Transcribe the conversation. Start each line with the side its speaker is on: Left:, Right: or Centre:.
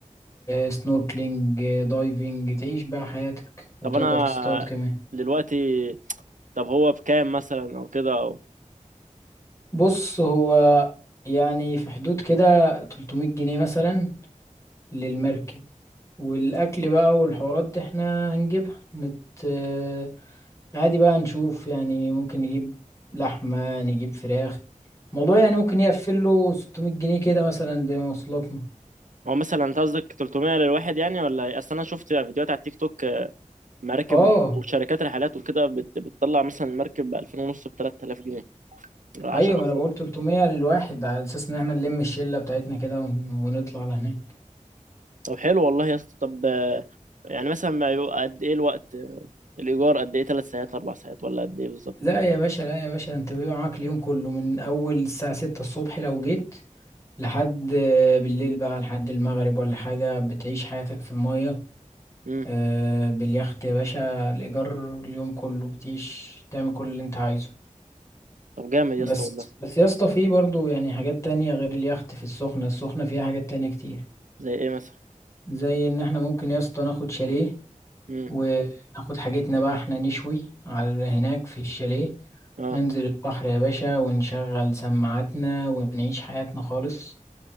Left: سنوركلينج دايفنج تعيش بقى حياتك وتقدر
Right: طب انا
Left: تصطاد كمان
Right: دلوقتي طب هو بكام مثلا او كده او
Left: بص هو يعني في حدود كده 300 جنيه مثلا للمركب والأكل بقى والحوارات دي احنا هنجيبها نت... آه، عادي بقى نشوف يعني ممكن نجيب لحمة نجيب فراخ الموضوع يعني ممكن يقفل له 600 جنيه كده مثلا بمواصلاتنا
Right: هو مثلا انت قصدك 300 للواحد يعني ولا ايه اصل انا شفت فيديوهات على التيك توك مراكب
Left: اه
Right: وشركات رحلات وكده بت... بتطلع مثلا مركب ب 2000 ونص ب 3000 جنيه 10
Left: ايوه ما
Right: افراد
Left: انا بقول 300 للواحد على اساس ان احنا نلم الشلة بتاعتنا كده ون... ونطلع لهناك
Right: طب حلو والله يا اسطى طب آه، يعني مثلا ما يبقى قد ايه الوقت آه، الايجار قد ايه 3 ساعات 4 ساعات ولا قد ايه بالظبط
Left: لا يا باشا لا يا باشا ده انت بيبقى معاك اليوم كله من اول الساعة ستة الصبح لو جيت لحد آه، بالليل بقى لحد المغرب ولا حاجة بتعيش حياتك في المية
Right: امم
Left: آه، باليخت يا باشا الإيجار اليوم كله بتعيش تعمل كل اللي انت عايزه
Right: طب جامد
Left: بس
Right: يا اسطى والله
Left: بس يا اسطى في برضه يعني حاجات تانية غير اليخت في السخنة السخنة فيها حاجات تانية كتير
Right: زي ايه مثلا
Left: زي ان احنا ممكن يا اسطى ناخد شاليه
Right: امم
Left: وناخد حاجتنا بقى احنا نشوي على هناك في الشاليه
Right: اه
Left: ننزل البحر يا باشا ونشغل سماعاتنا ونعيش حياتنا خالص